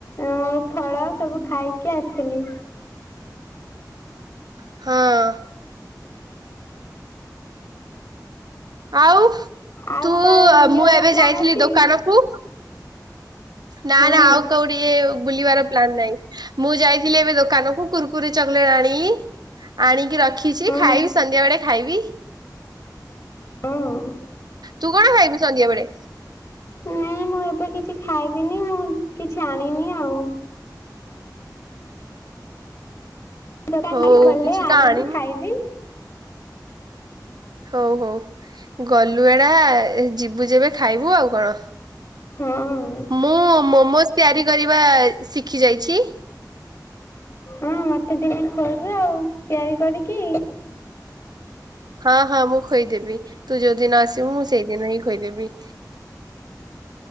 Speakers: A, on the left (about 45°); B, on the right (about 70°).
A: ଆଉ ଫଳ ସବୁ ଖାଇକି ଆସିଥିଲି।
B: ହଁ ଆଉ
A: ଆଉ
B: ତୁ
A: କୁଆଡେ ବୁଲିବାର
B: ମୁଁ ଏବେ
A: ପ୍ଲାନ୍
B: ଯାଇଥିଲି।
A: ଅଛି
B: ଦୋକାନ କୁ।। ନା
A: ହଁ
B: ନା ଆଉ କଉ ଟଏ ବୁଲିବାର ପ୍ଲାନ ନାଇଁ ମୁଁ ଯାଇଥିଲି ଏବେ ଦୋକାନ କ କୁୁରକୁ ଚଲେଟ ଆଣି ଆଣିକି ରଖିଛି
A: ହଁ
B: ଖାଇବି ସନ୍ଧ୍ୟା ବଳେ ଖାଇବି
A: ହଁ
B: ତୁ କଣ ଖାଇବୁ ସନ୍ଧ୍ୟା ବେଳେ?
A: ନାଇଁ ମୁଁ ଏବେ କିଛି ଖାଇବିନି ମୁଁ କିଛି ଆଣିନି ଆଉ ଦୋକାନ
B: ହଉ
A: ଟ ଗଲେ
B: କିଛି
A: ଆଣିବି
B: ତ ଆଣିନି
A: ଖାଇବି
B: ହଉ ହଉ ଗଲୁ ଏଡା ଯିବୁ ଯେବେ ଖାଇବୁ ଆଉ କଣ
A: ହଁ
B: ମୁଁ ମୋମୋଜ ତିଆରି କରିବା ଶିଖି ଯାଇଛି।
A: ହଁ ମତେ ଦିନେ ଖୋଳିବୁ ଆଉ ତିଆରି କରିକି
B: ହଁ, ହଁ, ମୁଁ ଖଦେବି ତୁ ଯୋଉ ଦିନ ଆସିବୁ ମୁଁ ସେଇଦିନ ହିଁ ଖଇଦେବି।